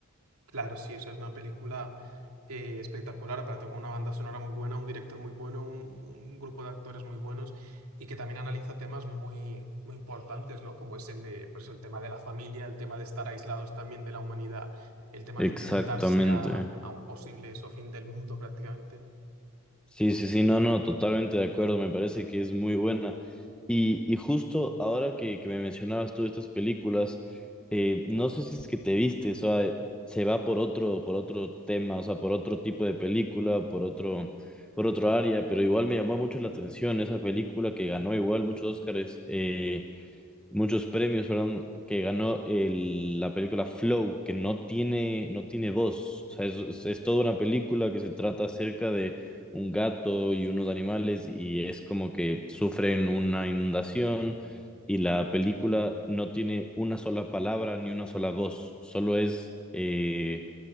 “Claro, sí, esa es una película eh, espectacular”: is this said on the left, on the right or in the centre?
Right